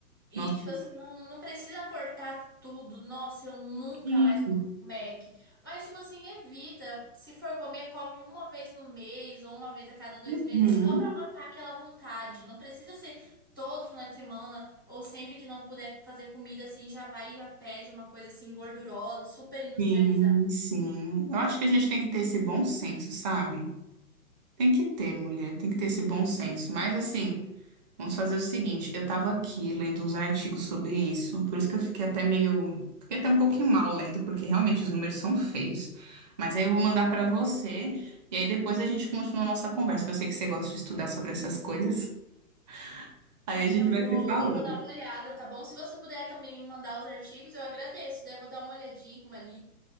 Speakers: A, on the left (about 20°); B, on the right (about 30°).
A: E,
B: Nossa.
A: tipo assim, não, não precisa cortar tudo. Nossa, eu nunca
B: Sim.
A: mais vou comer um Mac. Mas, tipo assim, evita. Se for comer, come uma vez no mês ou uma vez a cada dois
B: Uhum.
A: meses, só pra matar aquela vontade. Não precisa ser todo final de semana ou sempre que não puder fazer comida, assim, já vai e já pede uma coisa assim gordurosa, super industrializada.
B: Sim, sim. Eu acho que a gente tem que ter esse bom senso, sabe? Tem que ter, mulher, tem que ter esse bom senso. Mas assim, vamos fazer o seguinte, eu tava aqui lendo uns artigos sobre isso, por isso que eu fiquei até meio, fiquei até um pouquinho mal lendo, porque realmente os números são feios. Mas aí eu vou mandar pra você e aí depois a gente continua a nossa conversa, que eu sei que você gosta de estudar sobre essas coisas. <laughs> Aí
A: Sim,
B: a gente
A: eu
B: vai
A: vou,
B: se falando.
A: eu vou dar uma olhada, tá bom? Se você puder também me mandar os artigos, eu agradeço. Daí eu vou dar uma olhadinha ali,